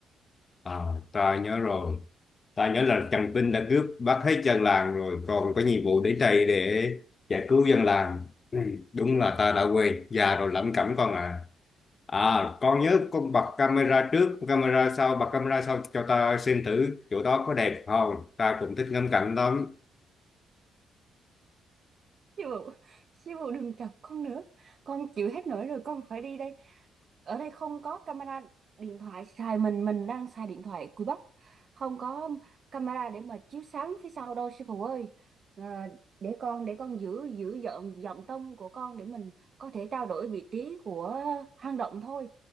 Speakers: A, on the left; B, on the right.
A: à, ta nhớ rồi ta nhớ là Trần Vinh đã cướp bắt hết dân làng rồi còn có nhiệm vụ đến đây để giải cứu dân làng ừ, đúng là ta đã quên già rồi lẩm cẩm con à À, con nhớ con bật camera trước, camera sau, bật camera sau cho ta xem thử chỗ đó có đẹp không. Ta cũng thích ngắm cảnh lắm.
B: Siêu phụ, Siêu phụ đừng chọc con nữa. Con chịu hết nổi rồi, con phải đi đây. Ở đây không có camera điện thoại xài mình, mình đang xài điện thoại cùi bắp. Không có camera để mà chiếu sáng phía sau đâu sư phụ ơi. À, để con để con giữ giữ giọng giọng tông của con để mình có thể trao đổi vị trí của hang động thôi.